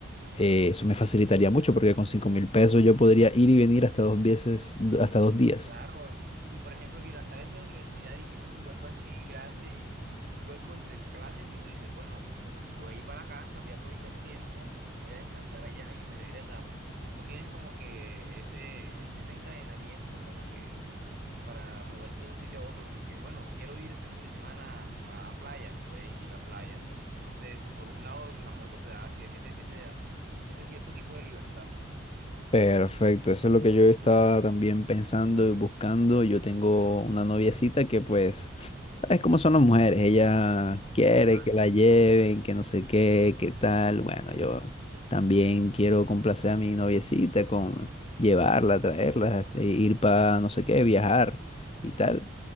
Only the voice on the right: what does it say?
Claro, y por ejemplo, mira, sales de la universidad y tienes un hueco así grande, un hueco entre clases, y tú dices, bueno, voy a ir para la casa, voy a aprovechar el tiempo, voy a descansar allá y me regresa. No tienes como que ese, e-, ese encadenamiento como que para moverte de un sitio a otro, como que, bueno, quiero ir este fin de semana a, a playa, puedes ir a playa. Entonces, por un lado, la moto te da ese, ese, ah, ese cierto tipo de libertad.
Total,